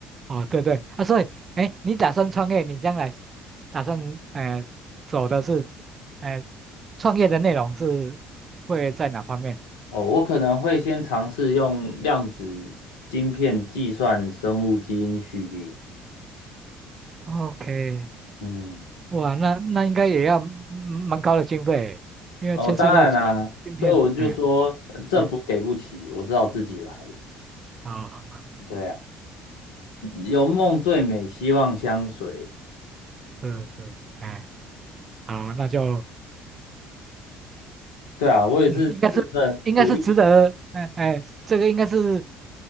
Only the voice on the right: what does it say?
哦，对对啊，所以哎，你打算创业，你将来打算呃走的是呃创业的内容是会在哪方面
？OK，
哇，那那应该也要嗯蛮高的经费，因为牵涉到芯片，
嗯
嗯，
好，
是是，哎，好，那就
嗯，应该是应该是值得，哎哎，这个应该是